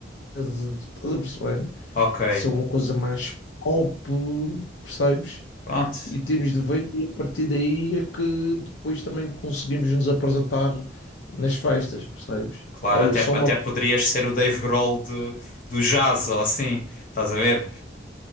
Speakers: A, on the left; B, on the left.
A: Estás a perceber?
B: Ok.
A: Se é uma coisa mais pop, percebes?
B: Pronto.
A: E temos de ver, e a partir daí é que depois também conseguimos nos apresentar nas festas, percebes?
B: Claro,
A: Olha,
B: até,
A: só uma.
B: até poderias ser o Dave Grohl do, do jazz ou assim, estás a ver?